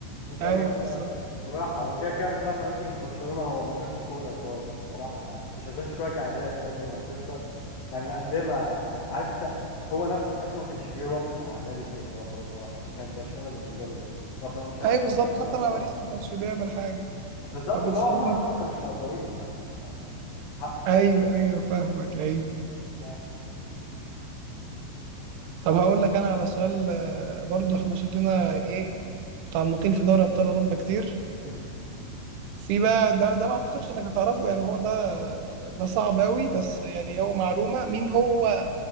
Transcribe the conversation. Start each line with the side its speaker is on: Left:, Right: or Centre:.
Left: وخلاص
Right: ايوه بالظبط
Left: بعد بالراحة هو كده كده من ساعة ما مشي من برشلونة هو ما شافش كورة خالص صراحة يعني مش ما شافش كورة كأداء قصدي ما شافش كورة يعني الأندية ما يعني عارف أنت هو نفسه تحسه ما كانش فيه روح مع نادي تاني اللي هو خلاص هو كان برشلونة بالنسبة له بس لو طالما مش هيلعب
Right: ايوه
Left: في
Right: بالظبط
Left: برشلونة
Right: حتى
Left: خلاص
Right: مع باريس
Left: بقى
Right: ما كانش بيعمل حاجه
Left: بالظبط
Right: طب ما
Left: اللي
Right: تسالني
Left: هو هما
Right: انت.
Left: نفسهم ما كانوش مقدرينه يعني ف- حقه الصراحة
Right: ايوه ايوه فاهمك ايوه
Left: يعني
Right: طب هقول لك انا على سؤال آه، برضو احنا شكلنا يعني ايه متعمقين في دوري ابطال اوروبا كتير
Left: امم
Right: في بقى ده, ده ما اعتقدش انك هتعرفه يعني هو ده ده صعب قوي بس يعني هو معلومه مين هو